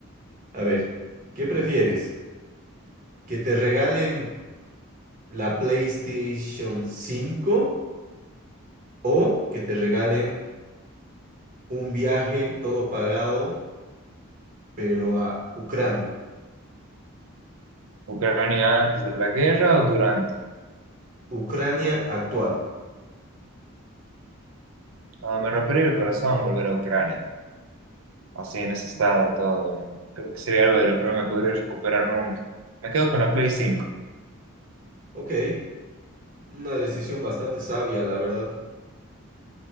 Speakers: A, on the right; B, on the right.
A: A ver, ¿qué prefieres? ¿Que te regalen la PlayStation cinco o que te regalen un viaje todo pagado, pero a Ucrania?
B: Ucrania antes de la guerra o durante.
A: Ucrania actual.
B: Ah, me rompería el corazón volver a Ucrania, así en ese estado todo. ¿no? Creo que sería algo de lo que no me podría recuperar nunca. Me quedo con la Play cinco.
A: Ok, una decisión bastante sabia, la verdad.